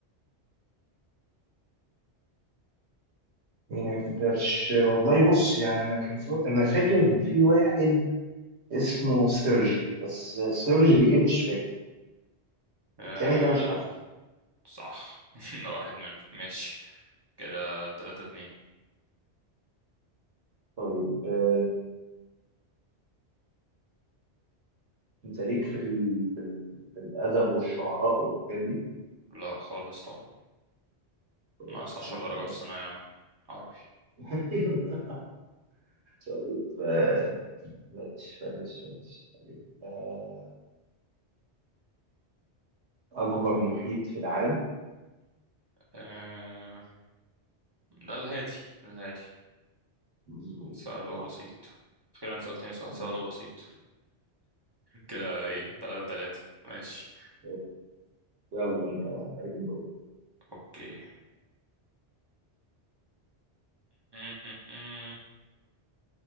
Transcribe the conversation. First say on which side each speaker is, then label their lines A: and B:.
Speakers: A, on the right; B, on the right.
A: مين يا قدرش والله بص يعني انا كان فا- انا فاكر ان في واحد اسمه سيرجي بس سيرجي ايه مش فاكر
B: آه
A: التاني ده مش عارفه
B: صح <laughs> ده واحد منهم ماشي كده تلاتة اتنين
A: طيب آه، انت ليك في ال... في, ال... في الادب والشعراء والحاجات دي
B: لا خالص طبعا
A: خلاص
B: ناقص عشر
A: يبقى
B: درجات
A: بلاش
B: في ثانوية عامة عربي
A: <laughs> طيب آه، بلاش بلاش بلاش طيب آه، اكبر محيط في العالم
B: آه ده الهادي ده الهادي
A: مظبوط
B: سؤال
A: صح
B: بسيط أخيرا سألتني سؤال
A: ماشي
B: سهل وبسيط كده ايه تلاتة تلاتة ماشي
A: طيب، يلا انت بقى عليك الدور
B: اوكي <laughs>